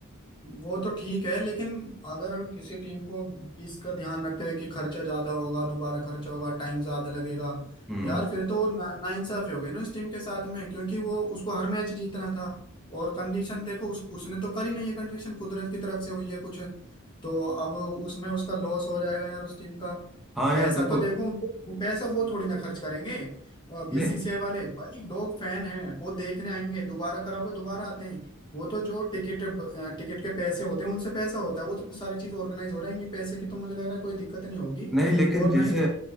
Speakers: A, on the left (about 25°); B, in the centre.
A: वो तो ठीक है लेकिन अगर किसी टीम को इसका ध्यान रखते हुए कि खर्चा ज्यादा होगा दोबारा खर्चा होगा टाइम ज्यादा लगेगा
B: हम्म
A: यार फिर तो वो ना, नाइंसाफी हो गई ना इस टीम के साथ में क्योंकि वो उसको हर मैच जीतना था और कंडीशन देखो उस, उसने तो करी नहीं है कंडीशन कुदरत की तरफ से हुई है कुछ तो अब उसमें उसका लॉस हो जाएगा यार उस टीम का
B: हाँ यार
A: पैसा
B: देखो
A: तो देखो उनको पैसा वो थोड़ी ना खर्च करेंगे बीसीसीआई
B: नहीं
A: वाले भाई लोग फैन हैं वो देखने आएंगे दोबारा कराओगे दोबारा आते हैं वो तो जो टिकट टिकट के पैसे होते हैं उनसे पैसा होता है वो तो सारी चीज ऑर्गेनाइज हो रहेंगी पैसे की तो मुझे लग रहा है कोई दिक्कत नहीं होगी
B: नहीं लेकिन
A: और
B: जैसे
A: ना ही